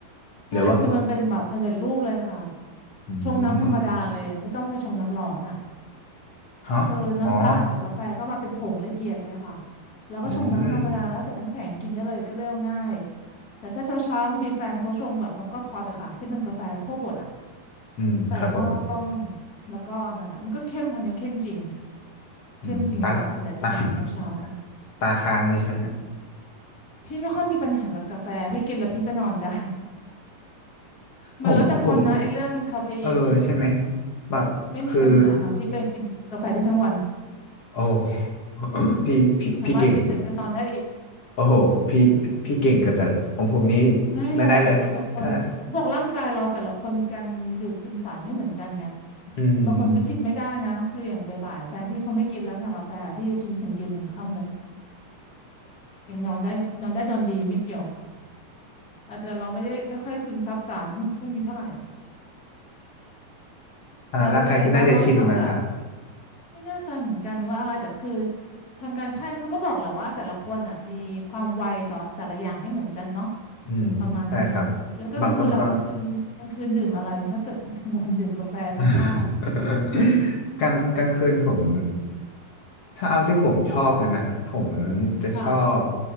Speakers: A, on the left (about 25°); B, on the left (about 45°).
A: ใช่คือมันเป็นแบบสำเร็จรูปเลยค่ะ
B: หรือว่าอื
A: ชงน้ำธรรมดาเลยไม่ต้องไปชงน้ำร้อนอ่ะ
B: มฮะอ๋อ
A: คือน้ำตาลกับกาแฟเข้ามาเป็นผงละเอียดเลยค่ะแล้วก็ชงน้ำธรรมดาแล้วใส่น้ำแข็งกินได้เลยก็เรียกว่าง่าย
B: อืม
A: แต่ถ้าเช้าเช้าบางทีแฟนเขาชงแบบมอคค่าพอตอะค่ะที่เป็นกาแฟคั่วบดอะ
B: อืมครับผม
A: ใส่หม้อต้มแล้วก็นั่นแหละมันก็เข้มคนนี้เข้มจริง
B: อืมตา
A: เข้มจริงจังสำหรับกินตอนเช้าเช้า
B: ตา <laughs> ตาค้างนี่ใช่ไหมฮะ
A: พี่ไม่ค่อยมีปัญหากับกาแฟพี่กินแล้วพี่ก็นอนได้ <laughs>
B: ผมผม
A: มันแล้วแต่คนนะไอ้เรื่องคาเฟอีนเนี่ย
B: เออใช่ไหมบักคือ
A: ไม่มีปัญหาค่ะพี่ก็กินกาแฟได้ทั้งวัน
B: โอ้ <laughs> พี่พี่พี่เก่ง
A: สามารถกินเสร็จก็นอนได้อีก
B: โอ้โหพี่พี่พี่เก่งเกินไปละของผมนี้
A: ไม่หรอกแล้วแต่คนบวกร่างกายเราแต่ละคนมีการดูดซึมสารไม่เหมือนกันไง
B: ไม่ได้เลย ถ้า อืม
A: บางคนก็กินไม่ได้นะคืออย่างบ่ายๆแฟนพี่เขาไม่กินแล้วชากาแฟพี่ก็กินไปถึงเย็นถึงค่ำเลยยังนอนได้นอนได้นอนดีไม่เกี่ยวอาจจะเราไม่ได้ไม่ค่อยซึมซับสารพวกนี้เท่าไหร่
B: <coughs> อ่าร่างกายพี่น่าจะชินมันละ
A: แล้วเป็นไงบ้างนอกนอกจากไม่แน่ใจเหมือนกันว่าอะไรแต่คือทางการแพทย์เขาก็บอกแหละว่าแต่ละคนอ่ะมีความไวต่อแต่ละอย่างไม่เหมือนกันเนาะ
B: อืมใช่ครับ
A: ประมาณหนึ่ง แล้วกลางคืนล่ะกลางคืนกลางคืนดื่มอะไร
B: บางคนก็
A: ถ้าเกิดกลางวันดื่มกาแฟมอคค่า
B: <laughs> กลางกลางคืนผมถ้าเอาที่ผมชอบเลยนะผมจะชอบ
A: ค่ะ